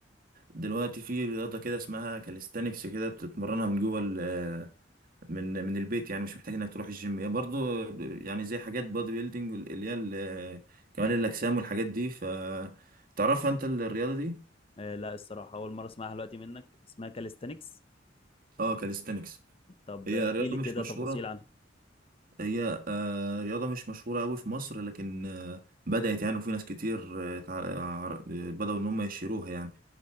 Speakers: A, on the right; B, on the left.
A: دلوقتي في رياضه كده اسمها كاليستانكس كده بتتمرنها من جوه ال- آه، من من البيت يعني مش محتاج انك تروح الجيم هي برضه يعني زي حاجات بادي بيلدينج اللي هي ال- آه، كمال الاجسام والحاجات دي ف تعرفها انت الرياضه دي
B: آه، لا الصراحة أول مرة أسمعها دلوقتي منك اسمها كاليستانكس
A: اه كاليستانكس
B: طب
A: هي
B: احكي
A: رياضه
B: لي
A: مش
B: كده
A: مشهوره
B: تفاصيل عنها
A: هي آه، رياضة مش مشهورة أوي في مصر لكن آه، بدأت يعني وفي ناس كتير آه، تع- عر- آه، بدأوا إن هم يشيروها يعني